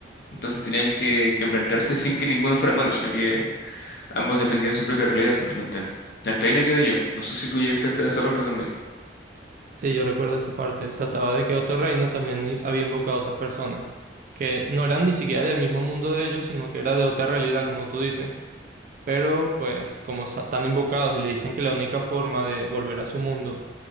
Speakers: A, on the left; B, on the right.
A: Entonces tenían que, que enfrentarse sin que ninguno fuera malo, sino que ambos defendían su propia realidad simplemente. Hasta ahí me quedé yo. No sé si tú llegaste hasta esa parte también.
B: Sí, yo recuerdo esa parte. Trataba de que otro reino también i- había invocado a otras personas, que no eran ni siquiera del mismo mundo de ellos, sino que era de otra realidad, como tú dices. Pero pues como sa- están invocados y le dicen que la única forma de volver a su mundo